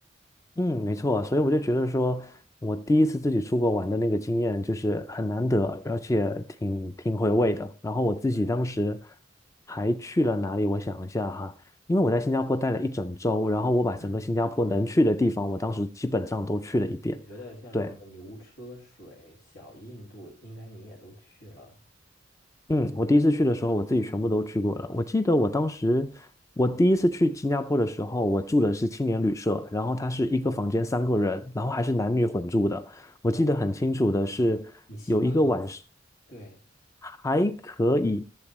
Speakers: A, on the left; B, on the left.
A: 嗯，没错啊，所以我就觉得说，我第一次自己出国玩的那个经验就是很难得，而且挺挺回味的。然后我自己当时
B: 对，
A: 还去了哪里？我想一下哈，因为我在新加坡待了一整周，然后我把整个新加坡能去的地方，
B: 嗯。
A: 我当时基本上都去了一遍。
B: 我觉得像什么牛车水、
A: 对，
B: 小印度，应该你也都去了。
A: 嗯，我第一次去的时候，我自己全部都去过了。我记得我当时，我第一次去新加坡的时候，我住的是青年旅社，然后它是一个房间三个人，
B: 哦
A: 然后还是男女混住的。我记得很清楚的是，
B: 哦，你习惯吗？
A: 有一个晚上
B: 对，
A: 还可以，